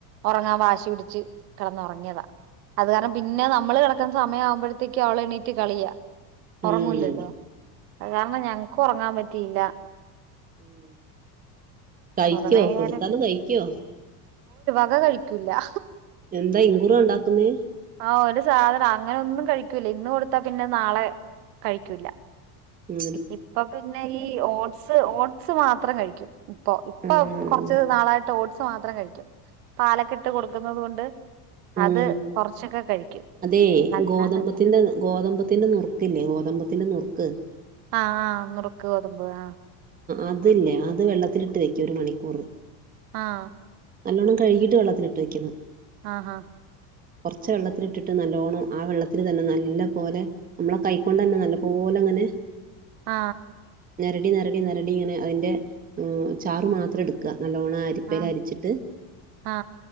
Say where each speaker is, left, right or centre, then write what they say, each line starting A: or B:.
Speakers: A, on the right; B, on the right.
A: ഉറങ്ങാൻ വാശി പിടിച്ച് കിടന്ന ഉറങ്ങിയതാ... അത് കാരണം പിന്നെ നമ്മള് കിടക്കുന്ന സമയം ആവുമ്പോഴത്തേക്കും അവള് എണീറ്റ് കളിയാ.. ഉറങ്ങൂലല്ലോ
B: ഉം
A: അ കാരണം ഞങ്ങക്കും ഉറങ്ങാൻ പറ്റിയില്ല...
B: ഉം കഴിക്കോ
A: കൊറേ നേരം
B: കൊടുത്താല് കഴിക്കോ..
A: ഭക്ഷണം കഴിക്കുലാ...
B: എന്താ ഇൻകുറു ഇണ്ടാക്കുന്നേ..
A: ആ ഒരു സാധനം അങ്ങനെ ഒന്നും കഴിക്കൂല ഇന്ന് കൊടുത്താ പിന്നെ നാളെ കഴിക്കൂല്ല..
B: ഉം
A: ഇപ്പൊ പിന്നെ ഈ ഓട്സ് ഓട്സ് മാത്രം കഴിക്കും ഇപ്പൊ ഇപ്പൊ
B: ഉം
A: ക്കെർ.. കുറച്ച് നാളായിട്ട് ഓട്സ് മാത്രം കഴിക്കും പാലക്കെ ഇട്ട് കൊടുക്കുന്നത് കൊണ്ട്
B: ഉം
A: അത്.. കൊറച്ചൊക്കെ കഴിക്കും
B: അതെ
A: അല്ലാണ്ട്
B: ഗോതമ്പത്തിൻന്റെ
A: ഉം.
B: ഗോതമ്പ.. ഗോതമ്പത്തിന്റെ നൂർക്ക്ല്ലേ ഗോതമ്പത്തിന്റെ നൂർക്ക്..
A: ആഹ് ആ നുറുക്ക് ഗോതമ്പ് ആ..
B: അദ്ലേ അത് വെള്ളത്തിലിട്ട് വെക്കാ ഒരു മണിക്കൂർ..
A: ആഹ...
B: നല്ലോണ്ണം കഴുകിട്ട് വെള്ളത്തിൽ ഇട്ട് വെക്കണം..
A: ആ ആ
B: കുറച്ച വെള്ളത്തിലിട്ടിട്ട് നല്ലോണ്ണം ആ വെള്ളത്തിൽ തന്നെ നല്ല പോലെ നമ്മളെ കൈക്കൊണ്ട് തന്നെ നല്ല പോലെ.... അങ്ങനെ..
A: ആ
B: ഞരടി ഞരടി ഞരടി ഇങ്ങനെ അതിന്റെ ചാറ്മാത്രം എടുക്ക നല്ലോണം അരിപ്പയിൽ
A: ആ
B: അരിച്ചിട്ട്
A: ആ